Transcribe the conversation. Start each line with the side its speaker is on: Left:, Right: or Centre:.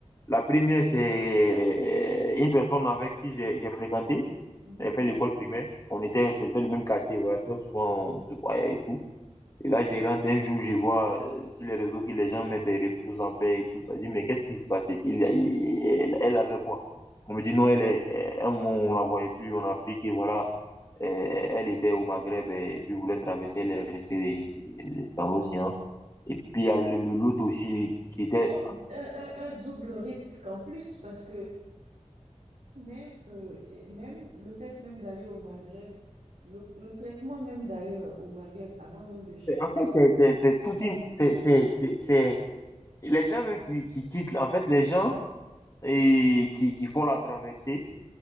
Left: La première, c'est euh, une personne avec qui j'ai j'ai fréquenté,
Right: Mhm.
Left: elle fait l'école primaire. On était, c'était le même quartier, voilà, très souvent, on se voyait et tout. Et là, gérante, un jour, je vois euh, sur les réseaux que les gens mettent les repousse en paix et tout ça. Je dis, mais qu'est-ce qui se passait? Qu'il y a- il- elle, elle avait quoi? On me dit, non, elle est, euh, un moment, on la voyait plus, on a appris que voilà, euh, elle était au Maghreb et puis voulait traverser, elle est restée euh, dans l'océan. Et puis, il y a le, le- l'autre aussi qui était.
Right: un, un- un double risque en plus parce que Même, euh, et même le fait même d'aller au Maghreb, le, le traitement même d'ailleurs au Maghreb, avant même de chercher,
Left: C'est- En fait, c'est c'est- c'est toute une. C'est, c'est, c'est, c'est- les gens même qui, qui quittent, en fait, les gens et qui, qui font la traversée.